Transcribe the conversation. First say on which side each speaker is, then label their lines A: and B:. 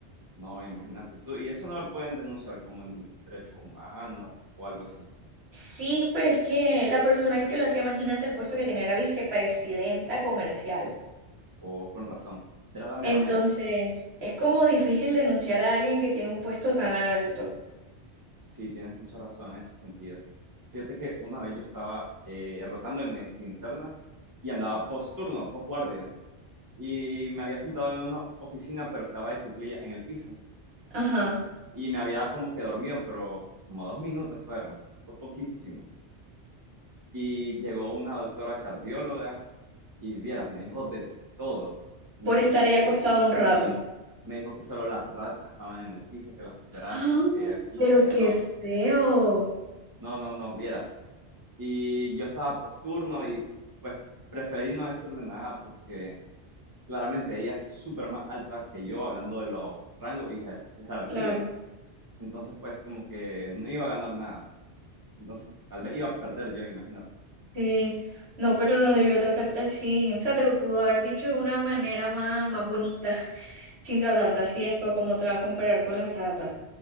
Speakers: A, on the right; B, on the right.
A: No, imagínate tú. Y eso no lo pueden denunciar como en derecho humano o algo así.
B: Sí, pero es que la persona que lo hacía, imagínate el puesto que tenía era vicepresidenta comercial.
A: O con razón. Era la mera
B: Entonces,
A: mera.
B: es como difícil denunciar a alguien que tiene un puesto tan alto.
A: Sí, tienes mucha razón en ese sentido. Fíjate que una vez yo estaba eh, rotando en medicina interna y andaba post turno, post guardia. Y me había sentado en una oficina, pero estaba de cuclilla en el piso.
B: Ajá,
A: Y me había como que dormido, pero como dos minutos fueron. Fue poquísimo. Y llegó una doctora cardióloga y vieras, me dijo de todo. Me
B: por
A: dijo
B: estar
A: que las
B: ahí acostado un rato.
A: Sí, me dijo que solo las ratas estaban en el piso, que las cucarachas,
B: Ah,
A: que aquí,
B: pero
A: que allá
B: qué
A: no,
B: feo.
A: no, no, no vieras. Y yo estaba posturno y pues preferí no decirle nada porque claramente ella es súper más alta que yo hablando de los rangos y jer- jerarquías.
B: Claro.
A: Entonces pues como que no iba a ganar nada. Entonces tal vez iba a perder yo, imagínate.
B: Sí, no, pero no debió tratarte así. O sea, te lo pudo haber dicho de una manera más, más bonita, <laughs> sin tratarte así después como te va a comparar con las ratas.